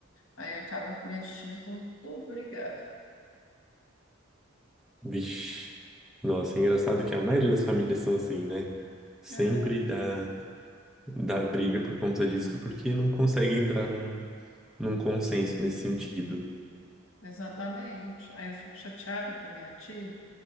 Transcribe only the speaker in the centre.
Vixe, nossa, é engraçado que a maioria das famílias são assim, né? Sempre
dá. da briga por conta disso, porque não consegue entrar num, num consenso nesse sentido.